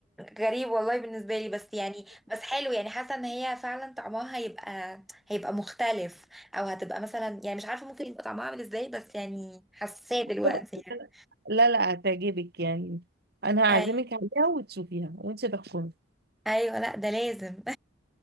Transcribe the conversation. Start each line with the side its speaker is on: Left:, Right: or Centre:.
Centre: غريب والله بالنسبه لي بس يعني بس حلو يعني حاسه ان هي فعلا طعمها هيبقى هيبقى مختلف او هتبقى مثلا يعني مش عارفه ممكن يبقى طعمها عامل ازاي بس يعني حساسه دلوقتي
Right: تبقى
Centre: يعني
Right: لا لا هتعجبك يعني انا هعزمك
Centre: أي-
Right: عليها وتشوفيها وانت تحكمي
Centre: ايوه لا ده لازم <laughs>